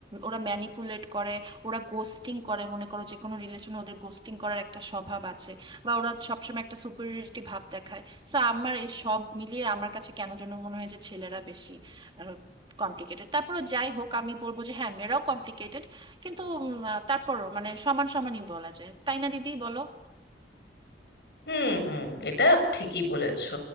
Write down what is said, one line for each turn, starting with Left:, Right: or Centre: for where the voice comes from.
Right: ওরা ম্যানিপুলেট করে ওরা গোস্টিং করে মনে করো যে কোনো রিলেশনে ওদের গোস্টিং করার একটা স্বভাব আছে বা ওরা সবসময় একটা সুপিরিয়রিটি ভাব দেখায় তো আমার এই সব মিলিয়ে আমার কাছে কেন যেন মনে হয় যে ছেলেরা বেশি কমপ্লিকেটেড তারপরও যাই হোক আমি বলবো যে হ্যাঁ মেয়েরাও কমপ্লিকেটেড কিন্তু উম, আহ, তারপরও মানে সমান সমানই বলা যায় তাই না দিদি বলো
Left: হুম হুম এটা ঠিকই বলেছো